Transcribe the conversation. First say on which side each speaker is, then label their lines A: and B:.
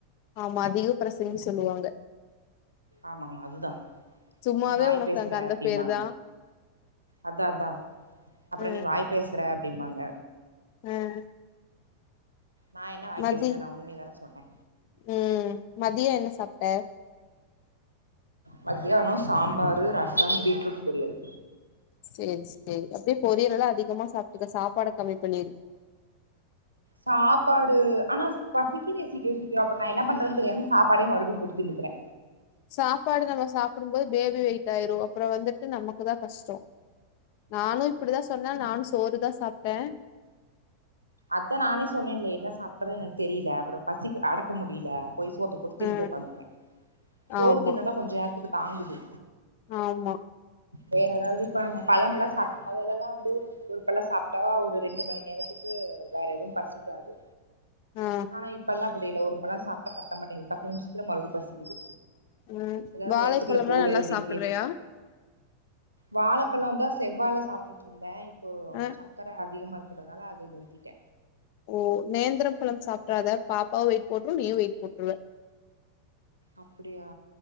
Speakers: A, on the left (about 45°); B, on the right (about 80°).
A: ஆமா அதிக பிரசிங்ன்னு சொல்லுவாங்க
B: ஆமா ஆமா அதுதா
A: சும்மாவே
B: நீ வாய்
A: உனக்கு
B: பேசுற
A: அங்க அந்த
B: அப்டிமாங்க
A: பேரு தா
B: அதா அதா அப்புறோ
A: அ
B: நீ வாய் பேச <unintelligible> அப்படிம்பாங்க
A: ம்
B: நா என்ன வாய்
A: மதி
B: பேசுனே நா உண்மைய தான சொன்னே
A: ம் மதியம் என்ன சாப்ட்ட
B: மத்தியான சாம்பாரு ரசம் பீட்ரூட் பொரியல்
A: சேரி சேரி அப்படியே பொரியல் எல்லா அதிகமா சாப்பிட்டுக்க சாப்பாட கம்மி பண்ணிரு
B: சாப்பாடு ஆனா பசிக்குதே சீக்கிர சீக்கிர அப்ப நா என்ன பண்றேன்னு தெரியாம சாப்பாடே மறுபடியு போட்டு திண்ணுக்கிறே
A: சாப்பாடு நம்ம சாப்பிடும் போது பேபி வெயிட் ஆயிரு அப்பற வந்துட்டு நமக்கு தான் கஷ்டோ நானு இப்படிதா சொன்னே ஆனா
B: ம்
A: நானு சோறுதா சாப்பிட்டே
B: அதா நானே சொன்னேன்ல என்ன சாப்பிடுறது எனக்கு தெரியல அப்பற பசிக்கு அடக்க முடியல போய் சோத்து போட்டு தின்ட்டு
A: அ
B: உக்காந்துக்கிறே சோறு
A: ஆமா
B: தின்னதா கொஞ்சோ நேரத்துக்கு தாங்குது
A: ஆமா
B: வேற ஏதாவது இப்ப நம்ம பழம் ல்லா சாப்பிடபோது மெதல்லாய்லா வந்து ஒருபழ சாப்பிட்டா ஒரு ரெண்டு மணி நேரத்துக்கு வேற எதுவு பசிக்காது
A: ஆ
B: ஆனா இப்பெல்லா அப்படி இல்ல ஒரு பழம் சாப்பிட்டா பத்த மாட்டிக்குது பத்து நிமிஷத்துல மறுபடியு பசிக்குது
A: ம்
B: ஏதாவது
A: வாழைப்பழம்லா
B: வயசதுக்குள்ளே போடு
A: நல்லா
B: அப்படின்னு
A: சாப்புட்றியா
B: கேக் வாழைப்பழம் இருந்தா செவ்வால சாப்பிட்டுட்டு இருந்தே இப்போ
A: அ
B: சக்கர அதிகமா இருக்கதுனால நிறுத்திட்டே
A: ஓ நேந்திரம் பழம் சாப்பிடறாத பாப்பாவும் வெயிட் போட்டுரு நீயும் வெயிட் போட்டுருவே
B: அப்டியா